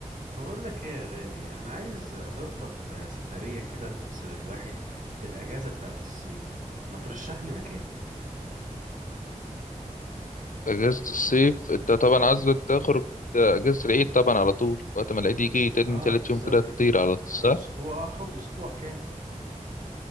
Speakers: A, on the right; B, on the left.
A: بقول لك ايه يا غالي انا عايز اظبط آه، سفرية كده تفصل الواحد في الاجازة بتاعت الصيف ما ترشح لي مكان
B: اجازة الصيف انت طبعا عايز تخرج اجازة العيد طبعا على طول وقت ما العيد يجي تاني
A: اه
B: تالت
A: بالظبط
B: يوم كده تطير
A: كده
B: على طول صح
A: آه، اسبوع اخد اسبوع كامل